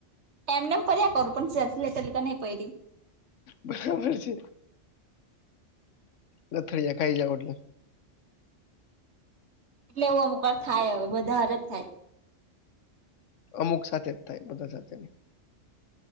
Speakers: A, on the right; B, on the left.
A: એમનેમ પર્યા કરુ પણ સેલ્ફી લેતાં લેતા તો નઈ પયડી.
B: બરાબર છે લથયડા ખાઈ જાઓ એટલે.
A: એટલે એવું અમુક થાય હવે બધા હારે જ થાય.
B: અમુક સાથે જ થાય બધા સાથે ની.